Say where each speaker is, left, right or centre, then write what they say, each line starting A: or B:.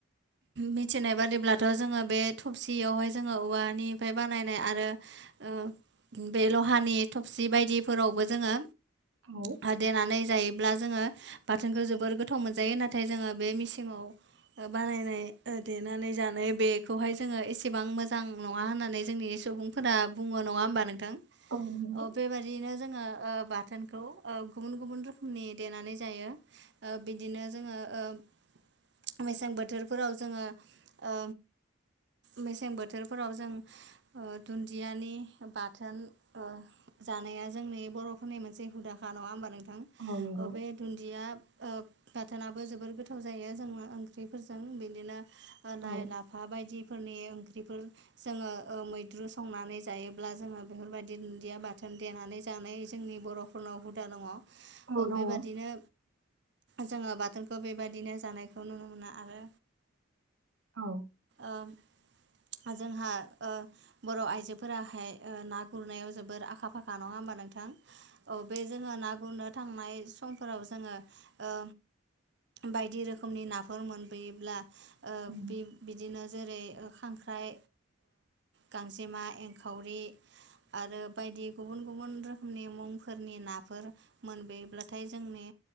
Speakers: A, on the right; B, on the right.
A: मिथिनाय बादिब्लाथ' जोंङो बे थबसियावहाय जोंङो औवानिफ्राय बानायनाय आरो ओ बे लहानि थबसि बायदिफोरावबो जोंङो
B: औ
A: हो देनानै जायोब्ला जोंङो बाथोनखौ जोबोर गोथाव मोनजायो नाथाय नाथाय जोंङो बे मिेसिंवा बानायनाय ओ देनानै जानाय बेखौहाय जोङो एसेबां मोजां नंङा होननानै जोंनि सुबुंफोरा बुङो नङा होमबा नोंथां अ
B: औ नंगौ
A: बेबादियैनो जोंङो बाथोनखौ गुबुन गुबुन रोखोमनि देनानै जायो बिदिनो जोङो ओ मेसें बोथोरफोराव जोंङो ओ मेसें बोथोरफोराव जों दुन्दियानि बाथोन जानाया जोंनि बर'फोरनि मोनसे हुदाखा नङा होमबा नों
B: औ नंगौ
A: बे दुनदिया बाथोना बबो जोबोर गोथाव जायो जोङो ओंख्रिफोरजों बिदिनो
B: औ
A: लाइ लाफा बायदिफोरनि ख्रिफोर जोङो मैद्रु संनानै जायोब्ला जोङो बेफोरबायदि दुन्दिया बाथोन देनानै जायो जोंनि बर'फोरनाव हुदा दङो
B: औ नंगौ
A: बेबाददिनो जोङो बाथोन बखौ बेबायदिनो जानायखौ नुनो मोना आरो
B: औ
A: ओ जोंहा बर' आइजोफोराहाय ना गुरनायाव जोबोर आखा फाखा नङा होमबानो औ बे जोङो ना गुरनो थांनाय समफोराव जोङो ओ बायदि रोखोमनि नाफोर मोनबोयोब्ला
B: औ
A: बे बिदिनो जेरै खांख्राइ गांजेमा एंखावरि आरो बायदि गुबुन गुबुन रोखोमनि मुंफोरनि नाफोर मोनबोब्लाथाय जोंनि